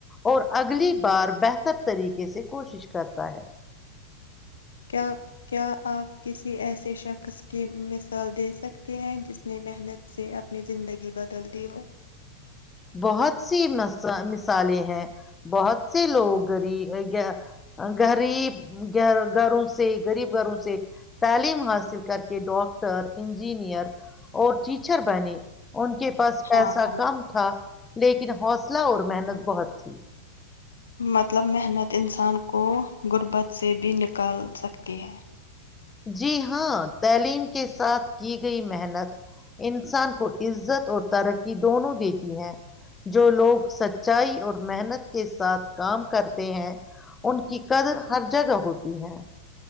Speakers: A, on the left (about 15°); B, on the left (about 80°).
A: اور اگلی بار بہتر طریقے سے کوشش کرتا ہے
B: کیا آپ کسی ایسے شخص کی مثال دے سکتے ہیں جس نے محنت سے اپنی زندگی بدل دی ہو
A: بہت سی م مثالیں ہیں بہت سے لوگ گغریب گ گغریب گ گھروں سے غریب گھروں سے تعلیم حاصل کر کے ڈاکٹر انجینئر اور ٹیچر بنے ان کے بس پیسہ
B: ہاں ہاں
A: کم تھا لیکن حوصلہ اور محنت بہت تھی
B: مطلب محنت انسان کو غربت سے بھی نکل سکتی ہے
A: جی ہاں تعلیم کے ساتھ کی گئی محنت انسان کو عزت اور ترقی دونوں دیتی ہے جو لوگ سچائی اور محنت کے ساتھ کام کرتے ہیں ان کی قدر ہر جگہ ہوتی ہے